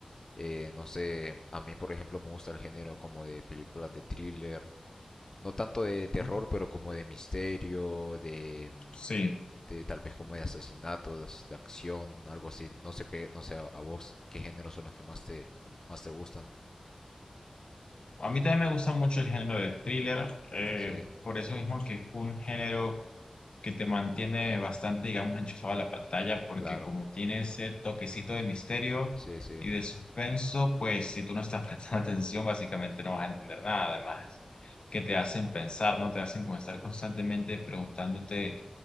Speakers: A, on the left (about 30°); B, on the left (about 55°).
A: eh, no sé, a mí por ejemplo me gusta el género como de películas de thriller, no tanto de terror,
B: ujú.
A: pero como de misterio, de,
B: Sí,
A: de tal vez como de asesinatos, de acción, algo así. No sé qué, no sé a vos qué géneros son los que más te, más te gustan.
B: a mí también me gusta mucho el género de thriller, eh,
A: Sí,
B: por eso mismo que es un género que te mantiene bastante, digamos, enchufado a la pantalla, porque
A: claro.
B: como tiene ese toquecito de misterio
A: Sí, sí.
B: y de suspenso, pues si tú no estás <laughs> prestando atención, básicamente no vas a entender nada. Además, que te hacen pensar, ¿no? Te hacen como estar constantemente preguntándote